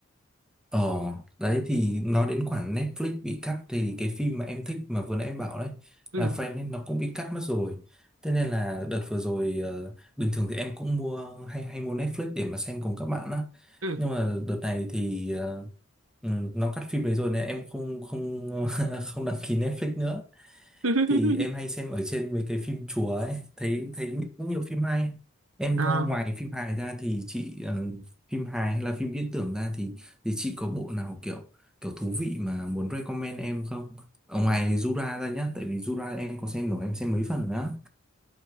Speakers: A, in the centre; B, on the right (about 75°).
A: Ờ, đấy thì nói đến khoản Netflix bị cắt thì cái phim mà em thích mà vừa nãy em bảo đấy
B: ừ
A: là Friends ấy, nó cũng bị cắt mất rồi. Thế nên là đợt vừa rồi ờ, bình thường thì em cũng mua hay hay mua Netflix để mà xem cùng các bạn á.
B: ừ
A: Nhưng mà đợt này thì ờ, ừ, nó cắt phim đấy rồi nên em không không <laughs> không đăng ký Netflix nữa
B: <laughs>
A: thì em hay xem ở trên mấy cái phim chùa ấy thấy thấy cũng nhiều phim hay em
B: à
A: ờ, ngoài phim hài ra thì chị ờ, phim hài hay là phim viễn tưởng ra thì thì chị có bộ nào kiểu kiểu thú vị mà muốn recommend em không ở ngoài Jura ra nhá tại vì Jura em có xem rồi em xem mấy phần nữa